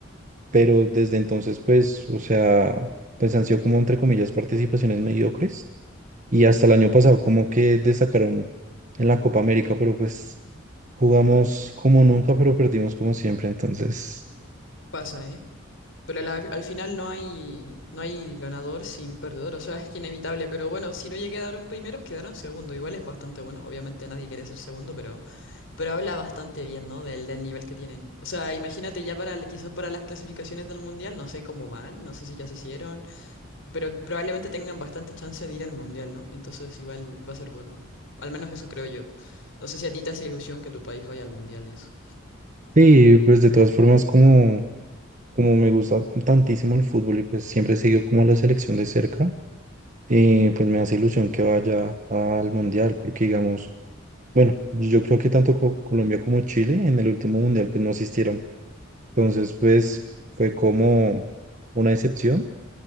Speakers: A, on the right (about 40°); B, on the left (about 65°).
A: Pero desde entonces, pues, o sea, pues han sido como, entre comillas, participaciones mediocres. Y hasta el año pasado como que destacaron en la Copa América, pero pues Jugamos como nunca, pero perdimos como siempre. Entonces,
B: Pasa, ¿eh? Pero la- al final no hay, no hay ganador sin perdedor, o sea, es que inevitable, pero bueno, si no llegaron primeros, quedaron segundo, igual es bastante bueno, obviamente nadie quiere ser segundo, pero... Pero habla bastante bien, ¿no? Del, del nivel que tienen. O sea, imagínate ya para quizás para las clasificaciones del mundial, no sé cómo van, no sé si ya se hicieron, pero probablemente tengan bastante chance de ir al mundial, ¿no? Entonces igual va a ser bueno. Al menos eso creo yo. No sé si a ti te hace ilusión que tu país vaya al mundial y eso.
A: sí, pues de todas formas, como, como me gusta tantísimo el fútbol y pues siempre sigo como a la selección de cerca, eh, pues me hace ilusión que vaya al mundial, porque digamos, bueno, yo creo que tanto co- Colombia como Chile en el último mundial pues no asistieron. Entonces, pues fue como una decepción